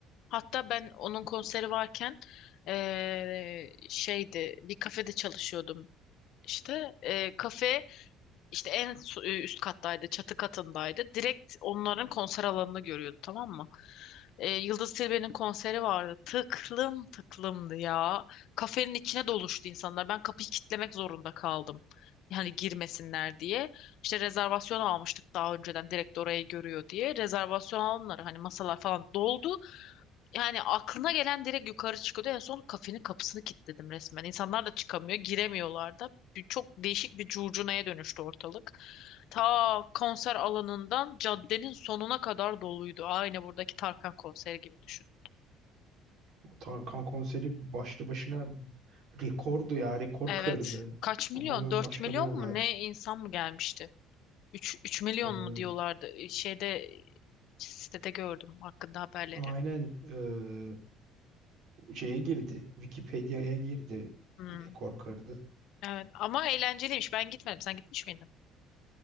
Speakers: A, on the left (about 60°); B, on the right (about 55°).
A: Hatta ben onun konseri varken eee, şeydi bir kafede çalışıyordum. İşte eee kafe İşte en su- e, üst kattaydı, çatı katındaydı. Direkt onların konser alanını görüyordu tamam mı? E, Yıldız Tilbe'nin konseri vardı. Tıklım tıklımdı ya. Kafenin içine doluştu insanlar. Ben kapıyı kitlemek zorunda kaldım. Yani girmesinler diye. İşte rezervasyon almıştık daha önceden direkt orayı görüyor diye. Rezervasyon alanları hani masalar falan doldu. Yani aklına gelen direkt yukarı çıkıyordu. En son kafenin kapısını kilitledim resmen. İnsanlar da çıkamıyor, giremiyorlar da. Bir- Çok değişik bir curcunaya dönüştü ortalık. Ta konser alanından caddenin sonuna kadar doluydu. Aynı buradaki Tarkan konseri gibi düşün.
B: O Tarkan konseri başlı başına rekordu ya rekor
A: Evet.
B: kırdı.
A: Kaç milyon?
B: Ama ben
A: dört
B: başka
A: milyon
B: bir olay.
A: mu ne insan mı gelmişti? üç üç milyon
B: Ee,
A: mu diyorlardı. Ee, Şeyde sitede gördüm hakkında haberleri.
B: aynen ee, şeye girdi. Wikipedia'ya girdi.
A: Hmm.
B: Rekor kırdı.
A: Evet ama eğlenceliymiş. Ben gitmedim. Sen gitmiş miydin?